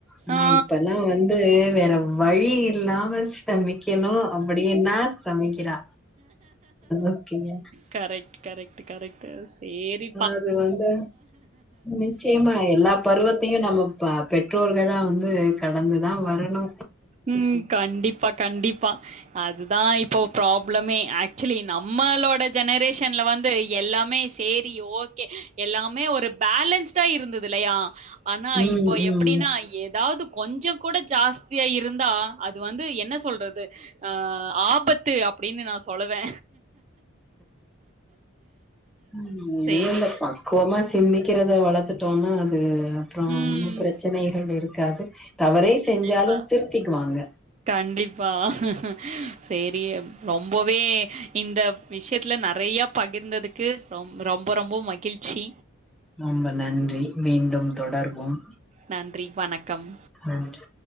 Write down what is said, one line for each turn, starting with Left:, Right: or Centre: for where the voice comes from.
Centre: ஆனா
Right: ஆ.
Centre: இப்பல்லா வந் து வேற வழி இல்லாம சமைக்கணு அப்டின்னா சமைக்கிறா ஓகேங்க
Right: கரெக்ட் கரெக்ட் கரெக்ட்டு சேரி
Centre: அது வந்து நிச்சயமா எல்லா பரு வத்தயு நம்ம ப பெற்றோர்களா வந்து கடந்துதா வரணு
Right: ம் கண்டிப்பா கண்டிப்பா அதுதா இப்ப ப்ராப்ளமே ஆக்சுவலி நம்மளோட ஜெனரேஷன்ல வந்து எல்லாமே சேரி ஓகே எல்லாமே ஒரு பேலன்ஸ்டா இருந்தது இல்லயா ஆனா
Centre: ம்
Right: இப்போ
Centre: ம்
Right: எப்டின்னா ஏதாவது கொஞ்ச கூட ஜாஸ்தியா இரு ந்தா அது வந்து என்ன சொல்றது அ ஆபத்து அப்பிடின்னு நா சொல்லுவே
Centre: ம்
Right: சரி.
Centre: இல்ல இல்ல பா கோமா சிந்திக்கிறத வளத்துட்டோனா அது அப்றோ
Right: ம்.
Centre: ஒன்னு பிரச்சனைகள் இருக்காது தவறே
Right: கண்டிப்பா.
Centre: செஞ்சாலு திருத்திக்குவாங்க
Right: கண்டிப்பா ஹ சேரி ரொம்பவே இந்த விஷயத்துல நெறைய பகிர்ந்தது க்கு ரொம் ரொம்ப ரொம்ப மகிழ்ச்சி
Centre: ரொம்ப நன்றி மீண்டும் தொடர்வோம்
Right: நன்றி வணக்கம்
Centre: நன்றி